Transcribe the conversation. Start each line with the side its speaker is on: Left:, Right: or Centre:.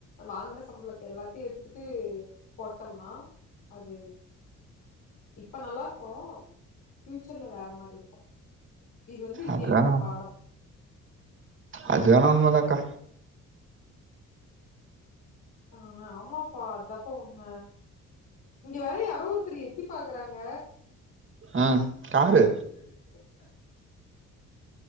Left: வாங்கன சம்பளத்தை எல்லாத்தையு எடுத்துட்டு போட்டோம்னா அது இப்ப நல்லாருக்கு ஃபியூச்சர்ல வேற மாரி இருக்கு இது வந்து இது
Right: அதுதான்
Left: எனக்கு ஒரு பாடம்
Right: அது வேணா உண்மதாக்கா
Left: ஆ ஆமாப்பா அதாப்ப உண்ம இங்க வேர யாரோ ஒருத்தர் எட்டி பாக்குறாங்க
Right: ஆ காரு
Left: <unintelligible>